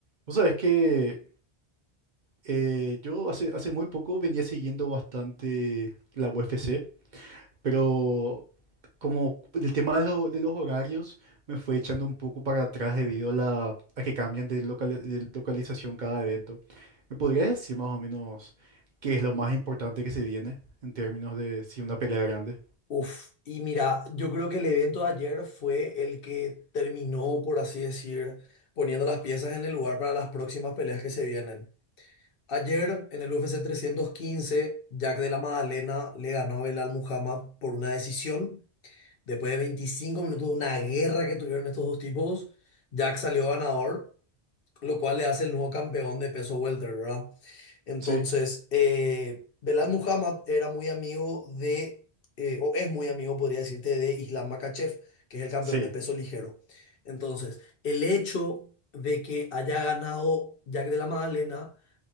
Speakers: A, on the right (about 50°); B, on the left (about 65°).
A: Vos sabés que eh, yo hace, hace muy poco venía siguiendo bastante la UFC, pero como el tema de, lo- de los horarios me fue echando un poco para atrás debido a, la, a que cambian de, local de localización cada evento. ¿Me podrías decir más o menos qué es lo más importante que se viene en términos de si una pelea grande?
B: Uf, y mira, yo creo que el evento de ayer fue el que terminó, por así decir, poniendo las piezas en el lugar para las próximas peleas que se vienen. Ayer, en el UFC 315, Jack de la Magdalena le ganó a Belal Muhammad por una decisión. Después de 25 minutos de una guerra que tuvieron estos dos tipos, Jack salió ganador lo cual le hace el nuevo campeón de peso welter, ¿verdad? Entonces,
A: Sí,
B: eh, Belal Muhammad era muy amigo de, eh, o es muy amigo, podría decirte, de Islam Makhachev, que es el campeón
A: sí,
B: de peso ligero. Entonces, el hecho de que haya ganado Jack de la Magdalena